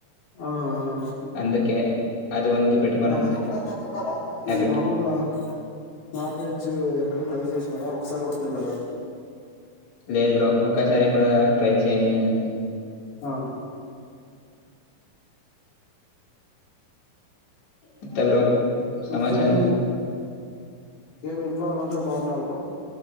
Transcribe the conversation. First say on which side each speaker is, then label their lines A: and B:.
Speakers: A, on the left; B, on the left.
A: ఆ అ
B: అందుకే అది ఉంది పెట్టుకోను
A: ఆ
B: అంతే
A: ఎప్పుడైనా తిన్నారా
B: హ్యాబిట్.
A: ఇది మామూలుగా నాన్ వెజ్ ఎప్పుడనా ట్రై చేస్తున్నారా ఒకసారి కూడా తిల్లదా
B: లేదు బ్రో ఒక్కసారి కూడా ట్రై చేయడి నేను
A: ఆ
B: ఎంత బ్రో సమాచారం.
A: ఇంకేమి ఏమి ఇంట్లో వాళ్ళందరూ బాగున్నారు